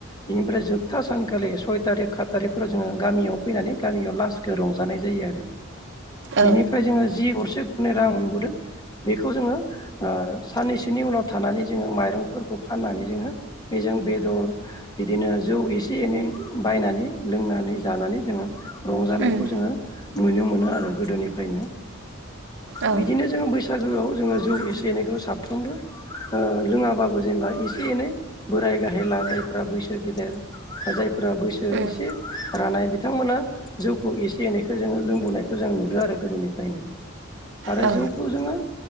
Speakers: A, on the left; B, on the right.
A: बिनिफ्राय जोबथा सानखालि सय टारिक खाद टारिक फोराव जोङो गामियाव फैनानै गामियाव लासखौ रंजानाय जायो आरो
B: औ
A: बिनिफ्राय जोङो जि गरसे गरनै रां मोनबोदों बेखौ जोङो ओ साननैसोनि उनाव थानानै जोङो माइरंफोरखौ फाननानै जोङो बेजों जों बेदर बिदिनो जौ एसे एनै बायनानै लोंनानै जानानै जोङो रंजानायखौ
B: उम
A: जोङो। नुनो मोनो आरो गोदोनिफ्रायनो
B: औ
A: बिदिनो जोङो बैसागोआव जोङो। जौ एसे एनैखौ साफ्रोमबो लोङाबाबो जेनेबा एसे एनै बोराइ गाहाय लाद। <unintelligible> जायफ बैसो गेदेर आरो जायफ्रा बैसो
B: उम
A: एसे रानाय बिथांमोना। जौखौ एसे एनैखौ जोङो लोंबोनायखौ जों नुदो आरो गोदोनिफ्रायनो। आरो
B: औ
A: जौखौ जोङो।